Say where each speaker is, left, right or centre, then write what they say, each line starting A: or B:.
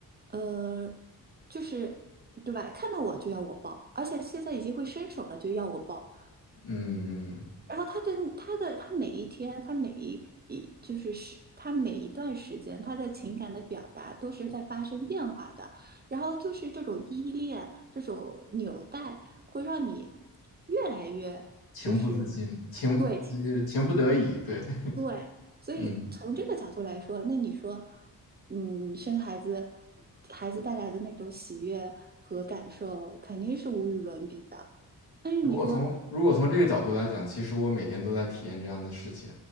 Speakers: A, on the right; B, on the left.
A: 呃，就是，对吧？看到我就要我抱，而且现在已经会伸手了，就要我抱。
B: 嗯，
A: 然后他的他的他每一天，他每一一就是是他每一段时间，他的情感的表达都是在发生变化的。然后就是这种依恋，这种纽带，会让你越来越就是
B: 情不自禁，情呃情不得已，
A: 对
B: 对，<laughs>
A: 对。所以从这个角度来说，
B: 嗯。
A: 那你说，嗯，生孩子，孩子带来的那种喜悦和感受，肯定是无与伦比的。但是你说，
B: 如果从如果从这个角度来讲，其实我每天都在体验这样的事情，